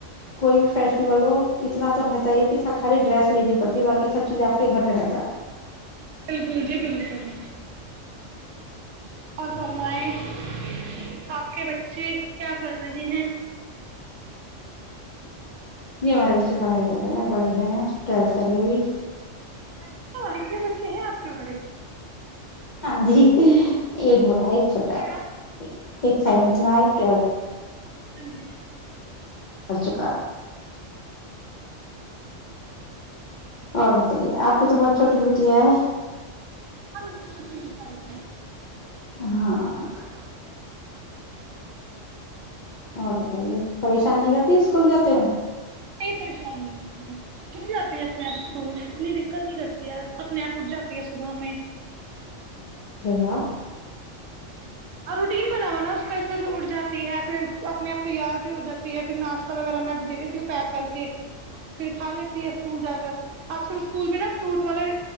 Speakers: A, on the left; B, on the right.
A: کوئی بھی فیسٹیول ہو اتنا تو رہتا ہی ہے کہ س خالی ڈریس لینی پڑتی ہے باقی سب چیز آپ کے گھر پہ رہتا ہے
B: بالکل جی بالکل اور فرمائےآپ کے بچے کیا کر رہے ہیں
A: جی ہمارے بچے پڑھائی کر رہے ہیں بڑے ہیں ٹویلتھ کری ابھی
B: اچھا اتنے بچے ہیں آپ کے بڑے
A: ہاں جی ایک بار ایک چھوٹا ہے
B: ہاں
A: ایک سیونتھ میں ایک ٹویلتھ
B: ہاں جی
A: ارچیکا اور بتائیے آپ کی تو بہت چھوٹی بیٹیاں ہیں
B: ہاں میرے صرف تین سال کے
A: ہاں اور بتائیے پریشانی کیا تھی اسکول جاتے میں
B: یہئی پریشان نہیں ہوتی چل جاتی ہے اپنے آپ اسکول اتنی دقت نہیں کرتی ہے اپنے آپ اٹھ جاتی ہے صبح میں
A: ے گا <unintelligible>
B: اور روٹین بنا ہوا نا اس کیسے سے اٹھ جاتی ہے پھر اپنے آپ تیار بھی ہو جاتی ہے پھر ناشتہ وغیرہ میں دے دیتی ہوں پیک کر کے پھر کھا لیتی ہے اسکول جا کر آج کل اسکول میں نا فروٹ والے